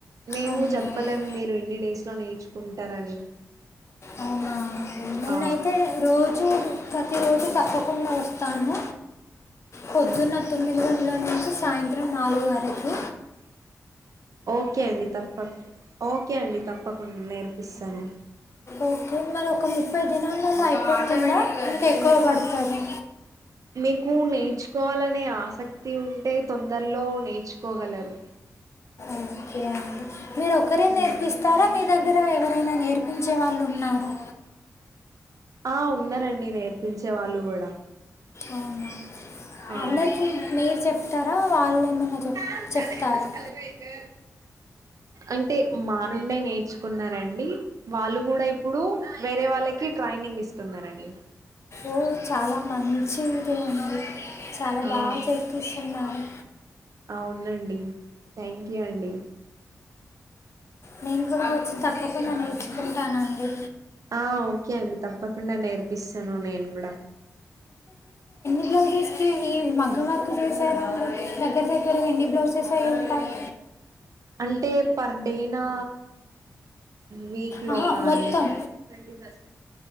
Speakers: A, on the right; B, on the left.
A: మేము
B: అవునా
A: చెప్పలేం మీరు ఎన్ని డేస్ లో నేర్చుకుంటారని
B: అవునా నేనైతే
A: ఆ
B: రోజు ప్రతి రోజు తప్పకుండా వస్తాను పొద్దున్న తొమ్మిది ఇలో నుంచి సాయంత్రం నాలుగు వరకు
A: ఓకే అండి తప్ప ఓకే అండి తప్పకుండా నేర్పిస్తాను
B: ఓకే మరి ఒక ముప్పై దినాలలో అయిపోతుందా ఇంకా ఎక్కువ పడుతుంది
A: మీకు నేర్చుకోవాలనే ఆసక్తి ఉంటే తొ అందరిలో నేర్చుకోగలరు
B: ఓకే అండి మీరు ఒకరే
A: మ్
B: నేర్పిస్తారా మీ దగ్గర దగ్గర ఎవరైనా నేర్పించే వాళ్ళు ఉన్నారా
A: ఆ ఉన్ననండి నేర్పించే వాళ్ళు కూడా
B: అవునా
A: ఆ
B: అందరికి మీరు చెప్తారా వాళ్ళు ఏమైనా చెప్
A: హా చాల
B: చెప్తారా
A: చాల మయితే అంటే మా నుండే నేర్చుకున్నారంండి వాళ్ళు కూడా ఇప్పుడు వేరే వాళ్ళకి ట్రైన్ ంగ్ ఇస్తున్నారండి
B: ఓ చాలా మంచిది చాలా
A: ఆ
B: బాగా చేపిస్తున్నారు
A: అవునండి థ్యాంక్ యూ అండి
B: నేను కూడా వచ్చి తప్పకుండా నేర్చుకుంటానండి
A: ఆ ఓకే అండి తప్పకుండా నేర్పిస్తాను నేను కూడా
B: బ్లౌజెస్ ఈ మగ్గ వరకు చేసారు దగ్గర దగ్గర ఎన్ని బ్లౌజెస్ అయి ఉంటాయి
A: అంటే పర్ డే నా వీక్ లోనా
B: ఆహా మొత్తం
A: అండిన్ ట్వీ ఫస్ట్